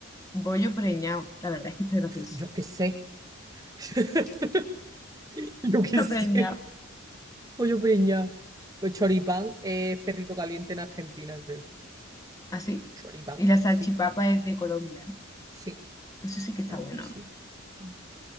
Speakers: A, on the left; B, on the right.
A: Bollo preñado. La verdad es que está gracioso.
B: Yo qué sé. <laughs>
A: <laughs>
B: Yo
A: Está
B: qué sé.
A: preñado.
B: Pollo preñado. Pues choripán es perrito caliente en Argentina, creo.
A: Así.
B: Choripán,
A: Y la salchipapa
B: sí,
A: es de Colombia, ¿no?
B: sí,
A: Eso sí
B: san,
A: que está bueno.
B: sí, san,